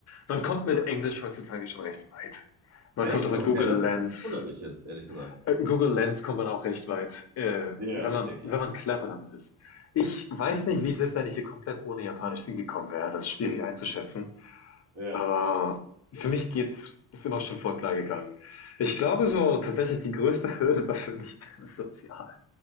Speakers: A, on the left (about 45°); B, on the right (about 45°).
A: man kommt mit Englisch heutzutage schon recht weit. Man
B: Echt?
A: kommt auch mit
B: Okay,
A: Google
B: das,
A: Lens.
B: hat, das wundert mich jetzt, ehrlich gesagt.
A: Äh, Google Lens kommt man auch recht weit, äh,
B: Ja,
A: wenn man,
B: okay, klar,
A: wenn man clever
B: macht Sinn.
A: damit ist. Ich weiß nicht, wie es ist, wenn ich hier komplett ohne Japanisch hingekommen wäre. Das ist schwierig einzuschätzen.
B: Ja,
A: Aber für mich geht's, ist immer schon voll klar gegangen. Ich glaube so, tatsächlich die größte <laughs> Hürde war für mich <laughs> sozial.